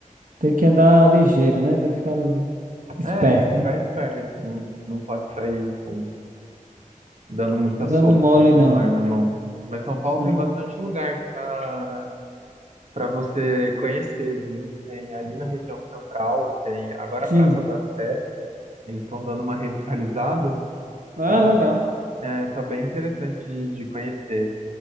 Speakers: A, on the right; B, on the right.
A: Tem que andar ligeiro, né? Tem que ficar esperto,
B: é, tem que ficar
A: né?
B: esperto, não, não pode sair com, dando muita
A: Dando
B: sopa
A: mole
B: com o celular
A: não.
B: na mão. Mas São Paulo
A: Aham.
B: tem bastante lugar para para você conhecer, viu? Tem ali na região central, tem agora
A: Sim.
B: a Praça da Sé, eles estão dando uma revitalizada.
A: Ah,
B: Então
A: legal.
B: tá, é, tá bem interessante de, de conhecer.